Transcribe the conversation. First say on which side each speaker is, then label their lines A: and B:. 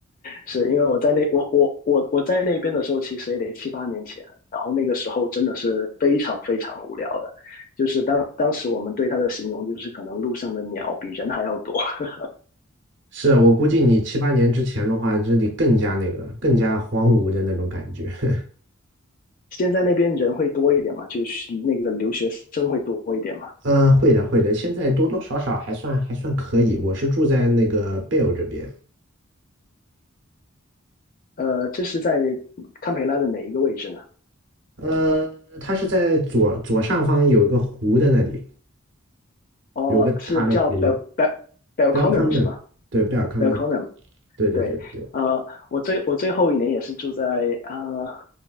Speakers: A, on the left (about 40°); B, on the right (about 60°).
A: 是因为我在那我我我我在那边的时候，其实也得七八年前，然后那个时候真的是非常非常无聊的，就是当当时我们对它的形容就是可能路上的鸟比人还要多。<laughs>
B: 是啊，我估计你七八年之前的话，这里更加那个，更加荒芜的那种感觉。<laughs>
A: 现在那边人会多一点嘛，就是那个留学生会多一点嘛。
B: 嗯，会的，会的。现在多多少少还算还算可以。我是住在那个贝尔这边，
A: 呃，这是在堪培拉的哪一个位置呢？
B: 呃，它是在左左上方有一个湖的那里，
A: 哦，
B: 有个大的湖，
A: 是叫 Bel Bel b e l
B: 贝尔康嫩，
A: c o n n e 是吗
B: 对，贝尔康嫩，
A: b e l c o n n e
B: 对对对对
A: 对，呃，我最我最后一年也是住在呃，